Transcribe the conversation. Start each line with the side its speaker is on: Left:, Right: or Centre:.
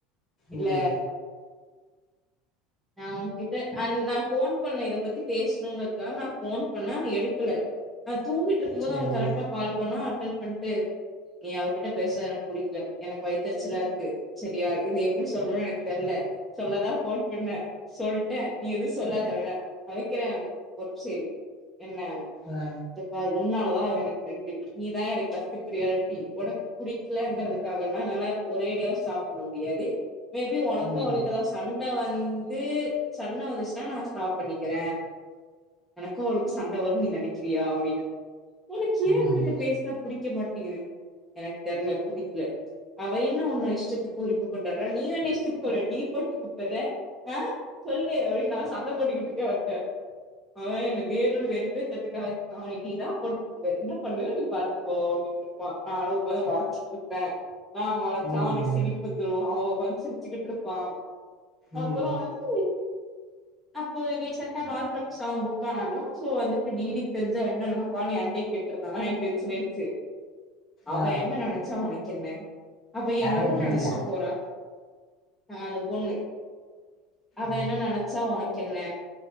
Centre: இல்ல
Left: உம்
Centre: நா ஓங்கிட்ட அன் நா ஃபோன் பண்ண இதப் பத்தி பேசணுங்றதுக்காக நா ஃபோன் பண்ண அவ எடுக்கல தூங்கிட்டு இருக்கும் போது
Left: சேரி
Centre: அவ கரெக்டா கால் பண்ணா அட்டன் பண்ட்டு நீ அவக்கிட்ட பேசற்து எனக்கு புடிக்ல எனக்கு வயத்தெறிச்சலா இருக்கு செரியா இத எப்டி சொல்னுனு எனக்கு தெர்ல சொல்லதா ஃபோன் பண்ண சொல்ட்ட நீ எதுவு சொல்லாத வெண நா வெக்கிற அப்ன ஒரு நிமிஷொ இரு என்ன
Left: ஆ
Centre: இங்கெ பாரு உன்னால்தான் அவ எனக்கு ஃப்ரெண்டு நீதா எனக்கு ஃபஸ்ட்டு ப்ரியாரிட்டி ஒனக் புடிக்கலங்கறதுக்காகல்லா ஒரே அடியாவு ஸ்டாப் பண்ண முடியாது மேபி ஒனக்கு
Left: ம்
Centre: அவளுக்கு ஏதாவ்து சண்ட வந் து சண்ட வந்துச்சுன்னா நா ஸ்டாப் பண்ணிக்கிற எனக்கு அவளுக்கு சண்ட வருன் நீ நெனக்கிறியா அப்டின்ன ஒனக்கு ஏ
Left: ம்
Centre: அவக்கிட்ட பேசுனா புடிக்க மாட்டிங்கிது எனக்கு தெர்ல புடிக்ல அவ என்ன உன்ன இஷ்டத்துக்கு உரிம கொண்டாட்றா நீ என்ன இஷ்டத்துக்கு அவள டீ போட்டு கூப்பர்ற ஆஹ் சொல்லு அப்டின் நா சண்ட போட்டுக்கிட்டு இருக்க அவன்ட்ட அவ என்ன வேணுனு வெறுப்பேத்தற்துக்காவே நா அவள டி தா போட்டுக்கூப்டுவ என்ன பண்ணுவ நீ பண்ணிக்கோ அப்டின்ட்ருப்பா நானு எப்போது மொறச்சிட்ருப்ப நா மொறைச்சா
Left: ம்
Centre: அவனுக்கு சிரிப்பு வந்துரு அவ ஒக்காந்து சிரிச்சுக்கிட்ருப்பா அப்பறோ
Left: ம்
Centre: வந்து அப்போ ரீசென்டா <unintelligible> சோ வந்துட்டு டிடிக் தெரிஞ்சா என்ன நெனப்பானு ஏன்ட்டயே கேட்ருந்தானா எனக் டென்ஷன் ஆய்ட்ச்சு அவ
Left: ஆ
Centre: என்ன நெனைச்சா ஒனக்கென்ன அவ
Left: யாரு
Centre: என்னமோ
Left: டி
Centre: நெனைச்சிட்டு
Left: டி யா
Centre: போறா ஆஹ் அந்த பொண்ணு அவ
Left: ஆ
Centre: என்ன நெனைச்சா ஒனக்கென்ன